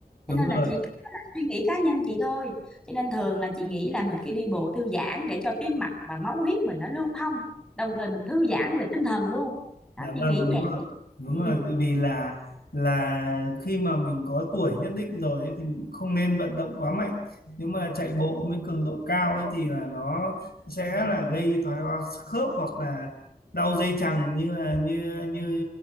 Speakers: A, on the left; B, in the centre.
A: đúng
B: cho nên
A: rồi
B: là chị cái đó là suy nghĩ cá nhân chị thôi cho nên thường là chị nghĩ là mình cứ đi bộ thư giãn để cho tim mạch và máu huyết mình nó lưu thông đồng thời mình thư giãn về tinh thần luôn đó
A: Dạ
B: chị
A: vâng
B: nghĩ
A: đúng
B: vậy
A: rồi đúng
B: Ừ.
A: rồi tại vì là là khi mà mình có tuổi nhất định rồi ấy, thì mình cũng không nên vận động quá mạnh nếu mà chạy bộ với cường độ cao ấy thì là nó sẽ là gây thoái hóa khớp hoặc là đau dây chằng như là như như